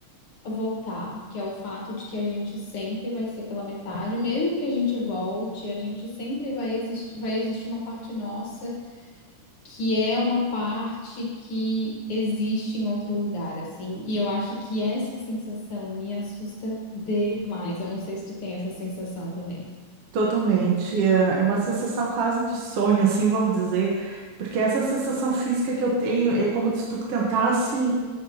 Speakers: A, on the left; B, on the right.
A: voltar, que é o fato de que a gente sempre vai ser pela metade, mesmo que a gente volte, a gente sempre vai existir, vai existir uma parte nossa que é uma parte que existe em outro lugar, assim. E eu acho que essa sensação me assusta demais. Eu não sei se tu tem essa sensação também.
B: Totalmente. É é uma sensação quase de sonho, <laughs> assim, vamos dizer. Porque essa sensação física que eu tenho é como se tu tentasse.